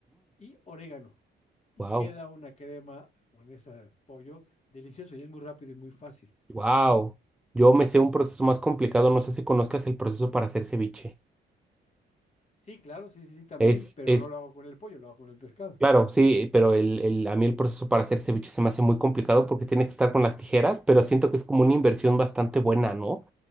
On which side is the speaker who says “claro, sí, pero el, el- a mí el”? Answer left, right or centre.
Centre